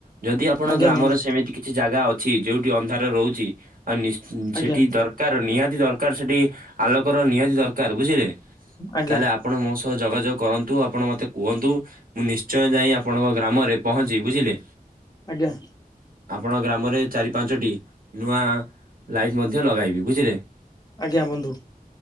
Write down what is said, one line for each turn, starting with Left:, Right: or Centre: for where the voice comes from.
Right: ଯଦି ଆପଣଙ୍କ
Left: ଆଜ୍ଞା
Right: ଗ୍ରାମରେ
Left: ବନ୍ଧୁ
Right: ସେମିତି କିଛି ଜାଗା ଅଛି ଯୋଉଠି ଅନ୍ଧାରରେ ରହୁଚି ଆଉ ନିଶ ସେଠି
Left: ଆଜ୍ଞା
Right: ଦରକାର ନିହାତି ଦରକାର ସେଠି ଆଲୋକର ନିହାତି ଦରକାର ବୁଝିଲେ।
Left: ଆଜ୍ଞା
Right: ତାହେଲେ ଆପଣ ମୋ ସହ ଯୋଗାଯୋଗ କରନ୍ତୁ, ଆପଣ ମତେ କୁହନ୍ତୁ। ମୁଁ ନିଶ୍ଚୟ ଯାଇ ଆପଣଙ୍କ ଗ୍ରାମରେ ପହଞ୍ଚି ବୁଝିଲେ।
Left: ଆଜ୍ଞା।
Right: ଆପଣ ଗ୍ରାମରେ ଚାରି ପାଞ୍ଚଟି ନୂଆ ଲାଇଟ୍ ମଧ୍ୟ ଲଗାଇବି ବୁଝିଲେ।
Left: ଆଜ୍ଞା ବନ୍ଧୁ।